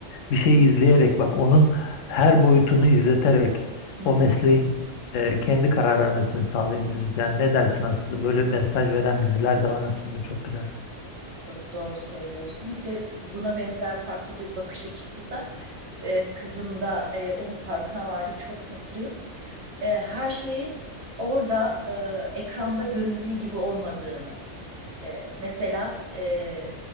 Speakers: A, on the left; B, on the right.
A: bir şeyi izleyerek bak onun her boyutunu izleterek
B: hı
A: o mesleğin
B: hı, hı hı.
A: e, kendi karar vermesini sağlayabiliriz. Yani ne dersin aslında böyle mesaj veren diziler de var aslında çok güzel.
B: Çok doğru söylüyorsun. Bir de buna benzer farklı bir bakış açısı da e, kızım da e, onun farkına vardı. Çok mutluyum. E, her şeyin orada e, ekranda göründüğü gibi olmadığını. Ee, mesela e,